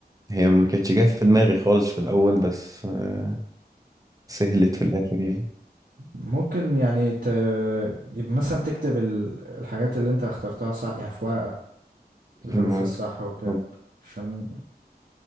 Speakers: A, on the right (about 20°); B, on the right (about 60°).
A: هي ما كانتش جاية في دماغي خالص في الاول بس آه سهلت في الاخر يعني
B: ممكن يعني ت... يبقى مثلا تكتب ال... الحاجات اللي انت اخترتها صح يعني في ورقة الحروف
A: ممكن
B: الصح وكده
A: طب
B: عشان